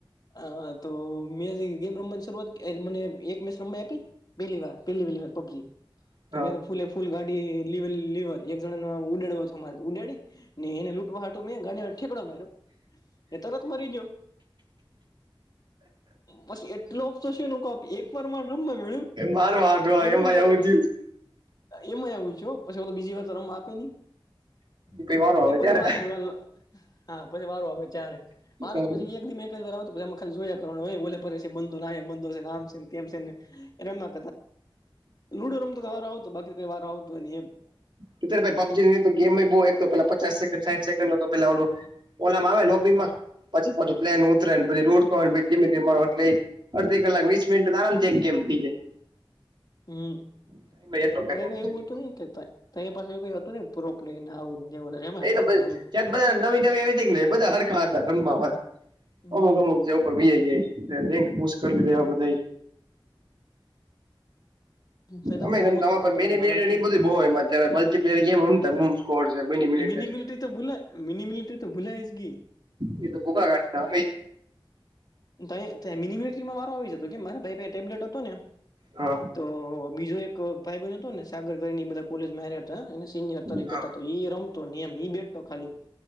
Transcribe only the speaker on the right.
હા
મારો વાંધો આવે
આવું
થયું
પહી વારો આવે
ત્યારે
અત્યારે
<unintelligible> પબજીની ગેમ બઉ એક પેલા પચાસેકન્ સાઠ સેકડ પેલા ઓલુ ઓલામાં આવે લોબીમાં પછી પાછ પ્લેન ઉતરે પછીલુટ ધીમે ધીમે <unintelligible> અડધી કલાક વીસ મિનિટ તો આરામથી એક ગેમ થઈ જાય.
ટાઈમ એટલો થાય
પબજી
તો
એ
તો
ત્યાં બધાને નવી નવી આવી કે બધા હરખા હતા રમવા વાળા અમુક
અમુક જેવ ઉપર ભી હ ગ છે. એક પૂસકર કરી દીધે એવા બધા એ
અમે
એમ
તમા
મેની
મે
એ
બધું બહુ એમાં મલ્ટ્લેયર ગેમ રમતા બુમ્સ કોર્સ, મીલી મિનીટ
એ તો ભૂકા ગાટના અમેય
હા
હા